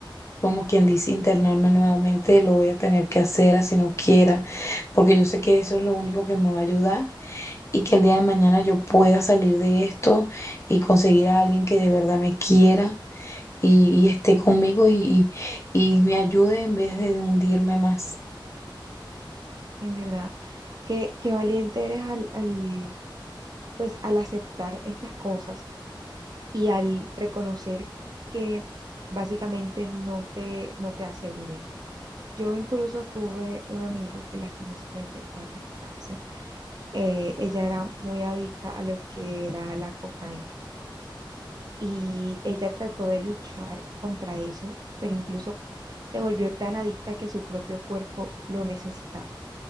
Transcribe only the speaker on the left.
como quien dice, internarme nuevamente, lo voy a tener que hacer así no quiera, porque yo sé que eso es lo único que me va a ayudar y que el día de mañana yo pueda salir de esto y conseguir a alguien que de verdad me quiera y, y esté conmigo y, y, y me ayude en vez de hundirme más.